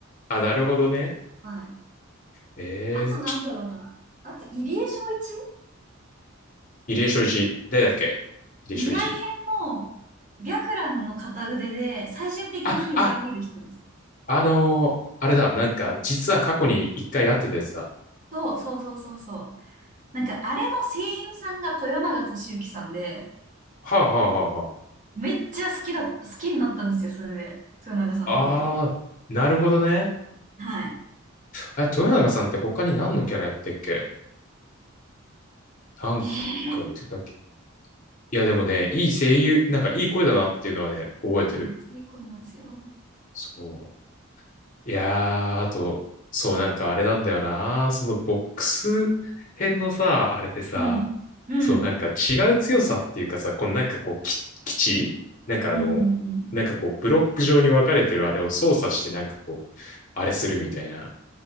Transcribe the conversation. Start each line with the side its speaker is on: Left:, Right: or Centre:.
Left: あ、なるほどね。
Right: はい。
Left: えー、
Right: あとなんだろうな。
Left: ちょ、
Right: あと、入江正一
Left: 入江正一。誰だっけ入江正一。
Right: 未来編の白蘭の片腕で最終的に裏切る人です。
Left: あ、あ、あのーあれだ、なんか、実は過去に一回会ってたやつだ。
Right: そうそうそうそうそう。なんかあれの声優さんが豊永俊之さんで、
Left: はあはあは
Right: めっちゃ好きだ、好きになったんですよ、それで。豊永さんのことを。
Left: あはあ。あー、なるほどね。
Right: はい。
Left: あ、豊永さんって他に何のキャラやってっけなんか言ってたっけ
Right: えー、
Left: いや、でもね、いい声優、なんかいい声だなっていうのはね、覚えてる。
Right: めっちゃいい声なんですよ。
Left: そう。いやー、あと、そう、なんかあれなんだよな。そのボックス編のさ、あれでさ、
Right: うん。うん。
Left: そう、なんか違う強さっていうかさ、このなんかこう、き基地なんかあの、
Right: うんうんうん。
Left: なんかこう、ブロック状に分かれてるあれを操作してなんかこう、あれするみたいな。